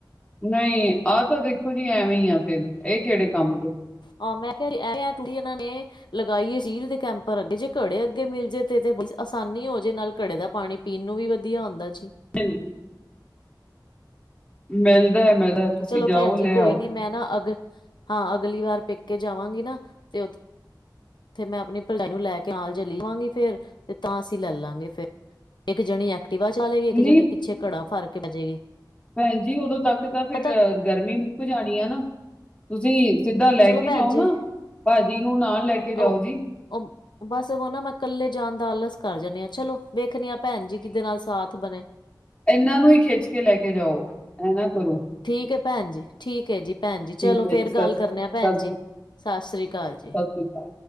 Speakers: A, on the left (about 15°); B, on the left (about 75°).
A: ਨਈਂ, ਆਹ ਤਾਂ ਦੇਖੋ ਜੀ ਐਵੇਂ ਈਆ ਫੇਰ ਐ ਕੇੜੇ ਕੰਮ ਦੇ।
B: ਆਾ ਮੈਂ ਕੇਯਾ ਐ, ਐਂ ਟੂਟੀ ਏਨਾਂ ਨੇ ਲਗਾਈਏ ਸਟੀਲ ਦੇ ਕੈਂਪਰ ਅੱਗੇ, ਜੇ ਘੜੇ ਅੱਗੇ ਮਿਲ ਜਾਏ ਤੇ, ਤੇ ਆਸਾਨੀ ਹੋ ਜੇ ਨਾਲ ਘੜੇ ਦਾ ਪਾਣੀ ਪੀਨ ਨੂੰ ਵੀ ਵਧੀਆ ਹੁੰਦਾ ਜੀ।
A: <unintelligible> ਮਿਲਦਾ ਐ ਮਿਲਦਾ। ਤੁਸੀਂ
B: ਚਲੋ
A: ਜਾਓ
B: ਭੈਣ ਜੀ
A: ਲੈ
B: ਕੋਈ
A: ਆਓ।
B: ਨੀ, ਮੈਂ ਨਾ ਅਗ ਹਾਂ ਅਗਲੀ ਵਾਰ ਪੇਕੇ ਜਾਵਾਂਗੀ ਨਾ ਉੱਥੇ ਤੇ ਮੈਂ ਅਪਨੀ ਭਰਜਾਈ ਨੂੰ ਲੈ ਕੇ ਨਾਲ ਚਲੀ ਜਾਵਾਂਗੀ, ਫੇਰ ਤੇ ਤਾਂ ਅਸੀਂ ਲੈਲਾਂਗੇ ਫੇਰ। ਇੱਕ ਜਣੀ ਟੀਵਾ ਚਲਾ ਲੇਗੀ, ਏਕ
A: ਨਹੀਂ
B: ਜਣੀ ਪਿੱਛੇ ਘੜਾ ਫਾੜ ਕੇ ਬੈਜੇਗੀ,
A: ਭੈਣ ਜੀ ਉਦੋਂ ਤੱਕ ਤਾਂ ਫਿਰ
B: ਪਤਾ
A: ਗਰਮੀ ਮੁੱਕ ਜਾਣੀ ਆਨਾ, ਤੁਸੀਂ ਸਿੱਦਾ ਲੈ
B: ਚਲੋ
A: ਕੇ
B: ਭੈਣ
A: ਜਾਓ
B: ਜੀ
A: ਨਾ, ਭਾਜੀ ਨੂੰ ਨਾਲ ਲੈ ਕੇ ਜਾਓ
B: ਉਹ
A: ਜੀ।
B: ਬਸ, ਓਨਾ ਮੈਂ ਕੱਲੇ ਜਾਣ ਦਾ ਆਲਸ ਕਰ ਜਾਨੀ ਆਂ ਚਲੋ ਵੇਖਨੀ ਆ ਭੈਣ ਜੀ, ਕਿਦੇ ਨਾਲ ਸਾਥ ਬਨੇ?
A: ਏਨਾਂ ਨੂੰ ਈਂ ਖੇਚ ਕੇ ਲੈਕੇ ਜਾਓ, ਐ ਨਾ ਕਰੋ।
B: ਠੀਕ ਐ ਭੈਣ ਜੀ, ਠੀਕ ਐਜੀ। ਭੈਣ ਜੀ
A: ਠੀਕ
B: ਚਲੋ
A: ਹੈ
B: ਫੇਰ
A: ਜੀ ਸਤਿ
B: ਗੱਲ
A: ਸ੍ਰੀ
B: ਕਰਨੇ ਆ ਭੈਣ
A: ਸਤਿ
B: ਜੀ,
A: ਸ੍ਰੀ
B: ਸਸ੍ਰੀ ਕਾਲ ਜੀ।
A: ਠੀਕ ਐ।